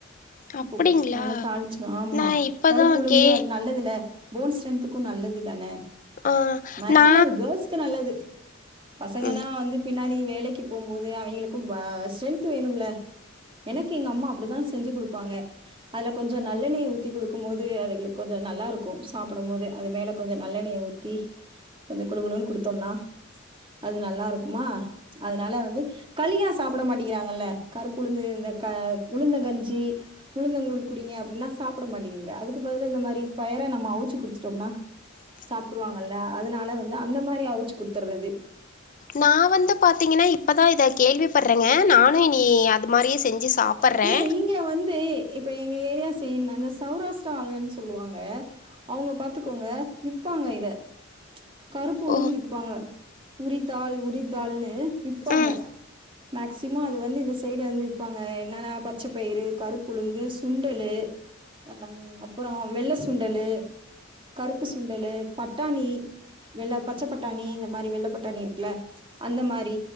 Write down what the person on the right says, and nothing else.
உப்பு போட்டு நல்லா தாளிச்சுருவே ஆமா
கருப்பு உளுந்து
அது நல்லதில்ல போன் ஸ்ட்ரென்த்துக்கு நல்லது தான
மேக்சிமோ
அது கேள்ஸ்க்கு நல்லது பசங்கனா
வந்து பின்னாடி வேலைக்கு போம்போது அவிங்களுக்கு பா ஸ்ட்ரென்த்து வேணுமில்ல எனக்கு எங்க அம்மா அப்படிதா செஞ்சு குடுப்பாங்க அதுல கொஞ்சோ நல்லெண்ணய ஊத்தி குடுக்கும் போது அதுகளுக் கொஞ்ச நல்லாருக்கு சாப்புடும்போது அது மேல கொஞ்ச நல்லெண்ணய ஊத் த்தி கொஞ்சோ குலு குலுன்னு குடுத்தோம்னா அது நல்லா இருக்குமா அதனால வந்து களியா சாப்பட மாட் டிகிறாங்கல்ல கருப்புளுந்து இந்த க உளுந்த கஞ்சி உழுந்தங்குழ் குடிங்க அப்டின்னா சாப்பட மாட்டிதுங்க அதுக்கு பதிலா இந்த மாரி பயரா நம்ம அவுச்சு குடுத்துட்டோம்னா
சாப்ட்ருவாங்கல்ல அதனால வந்து அந்த மாரி அவுச்சு குடுத்துடுறது
இல்ல ஈங்க வந்து இப்ப எங்க ஏரியா செய்டு அந்த சௌரா ஷடால்ன்னு சொல்லுவாங்க அவுங்க பாத்துக்கோங்க விப்பாங்க இத கருப்புலந்து
விப்பாங்க உரிதாள் உரிதள்ன்னு விப்பாங்க
மேக்சிமோ அது வந்து இந்த சைடு வந்து விப்பாங்க என்னான்னா பச்சப்பயிறு கருப்புளுந்து சுண்டலு அ அப்புறோ வெள்ள சுண்டலு கருப்பு சுண்டலு பட்டாணி வெள்ளா பச்ச பட்டாணி இந்த மாரி வெள்ள பட்டாணி இருக்குல அந்த மாரி